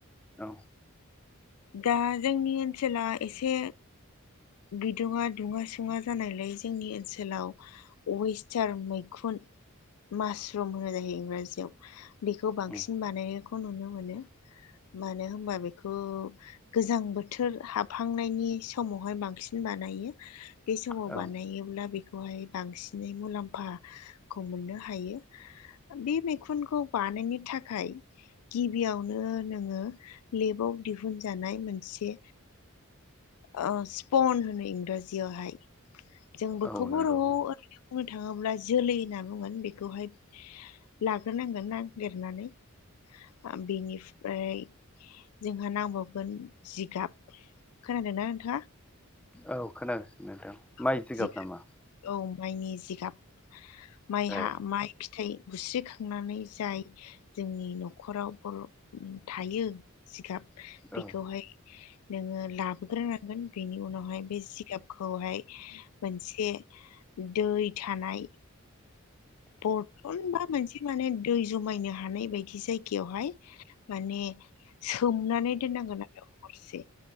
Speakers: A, in the centre; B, on the left.
A: औ
B: दा जोंनि ओनसोला एसे बिदुङा दुङा सुंङा जानायलाय जोंनि ओनसोलाव वेस्टार मैखुन मासरुम होनो जायो इंराजियाव बेखौ बांसिन
A: उम
B: बानायनायखौ नुनो मोनो। मानो होमबा बेखौ गोजां बोथोर हाबहांनायनि समावहाय बांसिन बानायो। बे समाव
A: औ
B: बानायोब्ला बेखौहाय बांसिनै मुलाम्फाखौ मोननो हायो। ओ बे मैखुनखौ बानायनो थाखाय गिबियावनो नोङो लेबाव दिहुनजानाय मोनसे ओ स्पन होनो इंराजियावहाय। जों बेखौ
A: औ
B: बर'आव
A: नंगौ
B: ओरैनो बुंनो थाङोब्ला जोलै होनना बुंगोन बेखौहाय। लाग्रोनांगोन नागिरनानै ओ बेनिफ्रा य जोंहा नांबावगोन जिगाब खोनादोंना नोंथाङा?
A: औ खोनादों नोंथां। माइ
B: औ जिगाब
A: नामा
B: औ माइनि जिगाब माइहा
A: ए
B: माइ फिथाइ गुस्रिखांनानै जाय जोंनि न'खराव बर' थायो जिगाब बेखौहाय
A: औ
B: नोङो लाबोग्रोनांगोन बेनि उनावहाय बे जिगाबखौहाय मोनसे दै थानाय बरथन बा मोनसे माने दै जमायनो हानाय बायदि जायगायावहाय माने सोमनानै दोननांगोन आरो हरसे